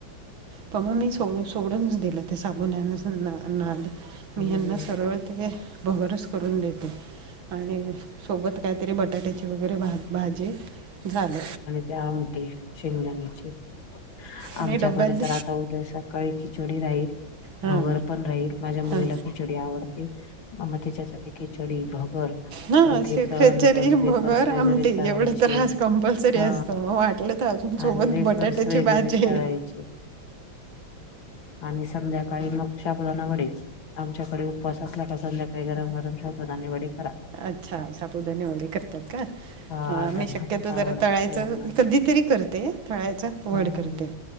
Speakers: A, on the right (about 85°); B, on the left (about 80°).
A: प मग मी सोड-सोडूनच दिलं ते साबुदाण्याच. ना-नाद
B: हम्म
A: मी यांना सरळ ते भगरच करून देते. आणि सोबत काय तरी बटाट्याची वगैरे भा-भाजी झाल.
B: त्या आमटी शेंगदाण्याची
A: आणि
B: आमच्याकडे
A: डब्यात
B: तर आता उदयसा काही खिचडी राहील
A: हां
B: भगर पण राहील माझ्या मुलीला
A: हां
B: खिचडी आवडते अ म तिच्या त्यासाठी खिचडी, भगर.
A: हा
B: परत हे
A: खिचडी
B: तळण पण वेफर्स
A: भगर
B: वगैरे
A: आमटी
B: तळायचे
A: एवढ त्रास कंपल्सरी
B: हा
A: असत मग वाटलं त अजून सोबत
B: आणि वेफर्स
A: बटाट्याची
B: वगैरे
A: भाजी.
B: तळायचे आणि संध्याकाळी मग साबुदाणा वडेच. आमच्याकडे उपवास असला तर संध्याकाळी गरम गरम साबुदाणे वडे करा.
A: अच्छा साबुदाणे वडे करतात का?
B: हा
A: आम्ही
B: त्यांना
A: शक्यतो
B: खूप
A: जरा
B: आवडतात
A: तळायच
B: सगळ्यांना
A: कधीतरी करते. तळायच अवॉइड
B: हा.
A: करते.